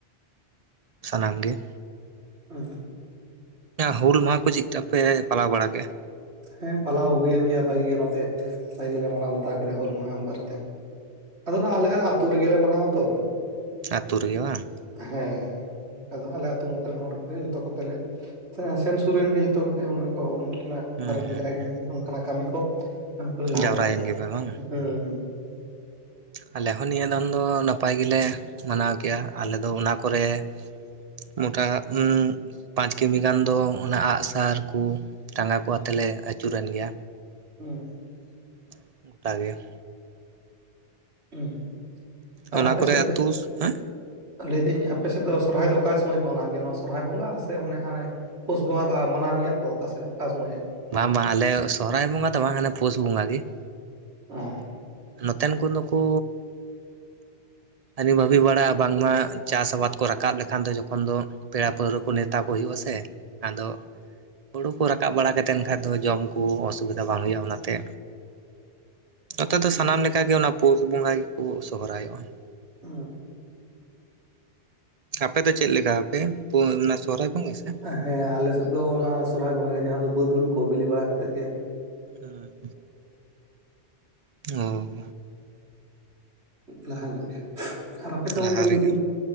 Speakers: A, on the right; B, on the right.
A: ᱥᱟᱱᱟᱢ ᱜᱮ ᱾
B: <unintelligible>
A: ᱦᱩᱞ ᱢᱟᱦᱟ ᱠᱚ ᱪᱮᱫᱞᱮᱠᱟ ᱯᱮ ᱯᱟᱞᱟᱣ ᱵᱟᱲᱟ ᱠᱮ-ᱜᱟ?
B: ᱦᱮᱸ ᱯᱟᱞᱟᱣ ᱦᱩᱭᱮᱱ ᱜᱮᱭᱟ ᱵᱷᱟᱜᱤ ᱜᱮ, ᱱᱚᱛᱮ ᱵᱷᱟᱜᱤᱞᱮ ᱢᱟᱱᱟᱣ ᱵᱟᱛᱟᱣ ᱠᱮᱫᱟ ᱦᱩᱞ ᱢᱟᱦᱟ ᱵᱟᱨᱮᱛᱮ ᱾ ᱟᱫᱚ ᱱᱚᱣᱟ ᱟᱞᱮ ᱟ ᱟᱹᱛᱩ ᱨᱮᱜᱮᱞᱮ ᱢᱟᱱᱟᱣᱟ ᱛᱚ ᱾
A: ᱟᱹᱛᱩ ᱨᱮᱜᱮ ᱵᱟᱝ ᱾
B: ᱦᱮᱸ ᱱᱚᱛᱮ ᱫᱚ ᱟᱞᱮ ᱟᱹᱛᱩ ᱢᱚᱛ ᱨᱮᱱ ᱦᱚᱲ ᱜᱮᱞᱮ ᱡᱚᱛᱚ ᱠᱚᱛᱮ ᱞᱮ ᱥᱮᱱ ᱥᱩᱨ ᱨᱮᱱ ᱜᱮ ᱡᱚᱛᱚ ᱠᱟᱛᱮ ᱚᱱᱟ ᱠᱚ ᱩᱱᱠᱤᱱᱟᱜ
A: ᱦᱩᱸ
B: ᱵᱟᱨᱚᱛ
A: ᱦᱩᱸ
B: ᱡᱟ ᱜᱮ
A: ᱦᱩᱸ
B: ᱱᱚᱝᱠᱟᱱᱟᱜ ᱠᱟᱹᱢᱤ ᱠᱚ ᱠᱟᱹᱢᱤ ᱠᱚᱞᱮ ᱞᱟᱦᱟ
A: ᱡᱟᱣᱨᱟᱭᱮᱱ
B: ᱠᱟᱜ ᱾
A: ᱜᱮᱯᱮ ᱵᱟᱝ ᱟᱞᱮ ᱦᱚᱸ ᱱᱤᱭᱟᱹ ᱫᱟᱢ ᱫᱚ ᱱᱟᱯᱟᱭ ᱜᱮᱞᱮ ᱢᱟᱱᱟᱣ ᱠᱮᱜ-ᱟ ᱟᱞᱮ ᱫᱚ ᱚᱱᱟ ᱠᱚᱨᱮ <unintelligible> ᱯᱟᱸᱪ ᱠᱤᱢᱤ ᱜᱟᱱ ᱫᱚ ᱚᱱᱟ ᱟᱜ-ᱥᱟᱨ ᱠᱚ ᱴᱟᱸᱜᱟ ᱠᱚ ᱟᱛᱮ ᱞᱮ ᱟᱹᱪᱩᱨᱮᱱ ᱜᱮᱭᱟ
B: ᱦᱮᱸ
A: <unintelligible> ᱜᱚᱴᱟᱜᱮ ᱾
B: ᱦᱩᱸ ᱟᱨ
A: ᱚᱱᱟ
B: ᱟᱯᱮ
A: ᱠᱚᱨᱮ
B: ᱥᱮᱫ
A: ᱟᱹᱛᱩ
B: ᱫᱚ
A: ᱦᱮᱸ
B: ᱞᱟᱹᱭᱫᱟᱹᱧ ᱟᱯᱮ ᱥᱮᱫ ᱫᱚ ᱥᱚᱨᱦᱟᱭ ᱫᱚ ᱚᱠᱟ ᱥᱚᱢᱚᱭ ᱯᱮ ᱢᱟᱱᱟᱣ ᱜᱮᱭᱟ ᱱᱚᱣᱟ ᱥᱚᱨᱦᱟᱭ ᱵᱚᱸᱜᱟ ᱥᱮ ᱚᱱᱮ ᱦᱟᱱᱮ ᱯᱩᱥ ᱵᱚᱸᱜᱟ ᱠᱚ ᱢᱟᱱᱟᱣ ᱜᱮᱭᱟ ᱛᱚ ᱚᱠᱟ ᱥᱮᱫ ᱚᱠᱟ ᱥᱚᱢᱚᱭ ᱾
A: ᱵᱟᱝ ᱵᱟᱝ ᱟᱞᱮ ᱥᱚᱦᱚᱨᱟᱭ ᱵᱚᱸᱜᱟ ᱫᱚ ᱵᱟᱝ ᱦᱟᱱᱮ ᱯᱩᱥ ᱵᱚᱸᱜᱟ ᱜᱮ ᱾
B: <unintelligible>
A: ᱱᱚᱛᱮᱱ ᱠᱚᱫᱚ ᱠᱩ ᱟᱨᱤ ᱵᱷᱟᱵᱤ ᱵᱟᱲᱟ ᱵᱟᱝᱢᱟ ᱪᱟᱥ ᱟᱵᱟᱫ ᱠᱚ ᱨᱟᱠᱟᱵ ᱞᱮᱠᱷᱟᱱ ᱫᱚ ᱡᱚᱠᱷᱚᱱ ᱫᱚ ᱯᱮᱲᱟ ᱯᱟᱹᱲᱦᱟᱹ ᱠᱚ ᱱᱮᱣᱛᱟ ᱠᱚ ᱦᱩᱭᱩᱜ ᱟ ᱥᱮ ᱾ ᱟᱫᱚ ᱦᱩᱲᱩ ᱠᱚ ᱨᱟᱠᱟᱵ ᱵᱟᱲᱟ ᱠᱟᱛᱮᱱ ᱠᱷᱟᱡ ᱫᱚ ᱡᱚᱢ ᱠᱚ ᱚᱥᱩᱵᱤᱫᱷᱟ ᱵᱟᱝ ᱦᱩᱭᱩᱜ-ᱟ ᱚᱱᱟᱛᱮ, ᱱᱚᱛᱮ ᱫᱚ
B: ᱦᱮᱸ
A: ᱥᱟᱱᱟᱢ ᱞᱮᱠᱟᱜᱮ, ᱚᱱᱟ ᱯᱳᱥ ᱵᱚᱸᱜᱟ ᱜᱮᱠᱚ ᱥᱚᱦᱚᱨᱟᱭᱚᱜ-ᱟ ᱾
B: <unintelligible> <unintelligible>
A: ᱟᱯᱮ ᱫᱚ ᱪᱮᱫ ᱞᱮᱠᱟ ᱟᱯᱮ, ᱚᱱᱟ ᱥᱚᱨᱦᱟᱭ ᱵᱚᱸᱜᱟ ᱥᱮ?
B: ᱦᱮᱸ ᱟᱞᱮ ᱥᱮᱫ ᱫᱚ, ᱚᱱᱟ ᱥᱚᱨᱦᱟᱭ ᱵᱚᱸᱜᱟ ᱜᱮ, ᱡᱟᱦᱟᱸ ᱫᱚ ᱵᱟᱹᱫᱽ ᱦᱩᱲᱩ ᱠᱚ ᱵᱤᱞᱤ ᱵᱟᱲᱟ ᱠᱟᱛᱮᱜ ᱜᱮ ᱾
A: ᱦᱩᱸ, ᱚᱸ
B: ᱞᱟᱦᱟ ᱧᱚᱜ ᱜᱮᱭᱟ, ᱟᱨ ᱟᱯᱮ ᱥᱮᱫ
A: ᱞᱟᱦᱟ
B: ᱚᱸᱰᱮ ᱦᱮᱸ
A: ᱨᱮᱜᱮ